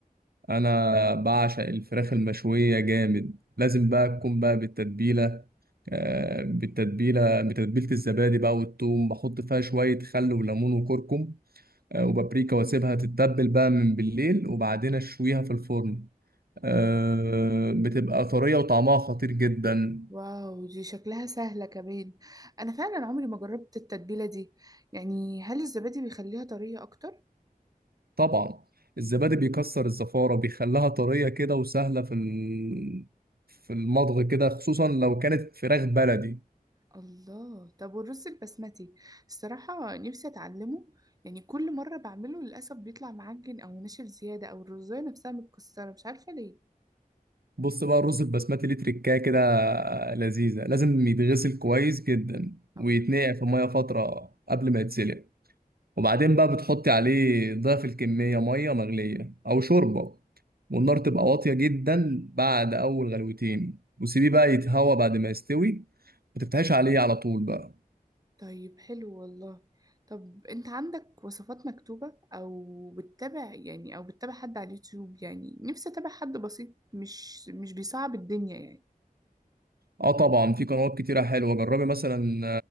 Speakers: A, on the right (about 85°); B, on the right (about 25°).
A: انا بعشق الفراخ المشويه جامد لازم بقى تكون بقى بالتتبيله آه، بالتتبيله بتتبيله الزبادي بقى والثوم بحط فيها شويه خل وليمون وكركم آه، وبابريكا واسيبها تتبل بقى من بالليل وبعدين اشويها في الفرن آه، بتبقى طريه وطعمها خطير جدا
B: واو دي شكلها سهلة كمان أنا فعلا عمري ما جربت التتبيلة دي يعني هل الزبادي بيخليها طرية أكتر؟
A: طبعا الزبادي بيكسر الزفاره بيخليها طريه كده وسهله في ال- في المضغ كده خصوصا لو كانت فراخ بلدي
B: الله طب والرز البسمتي الصراحة نفسي أتعلمه يعني كل مرة بعمله للأسف بيطلع معجن أو ناشف زيادة أو الرزاية نفسها متكسرة مش عارفة ليه
A: بص بقى الرز البسمتي ليه تركايه كده لذيذة لازم يتغسل كويس جدا
B: اه
A: ويتنقع في مية فترة قبل ما يتسلق وبعدين بقى بتحطي عليه ضعف الكمية مية مغلية أو شوربة والنار تبقى واطية جدا بعد أول غلوتين وسيبيه بقى يتهوى بعد ما يستوي ما تفتحيش عليه على طول بقى
B: طيب حلو والله طب أنت عندك وصفات مكتوبة أو بتتابع يعني أو بتتابع حد على اليوتيوب يعني نفسي أتابع حد بسيط مش مش بيصعب الدنيا يعني
A: اه طبعا في قنوات كتيرة حلوة جربي مثلا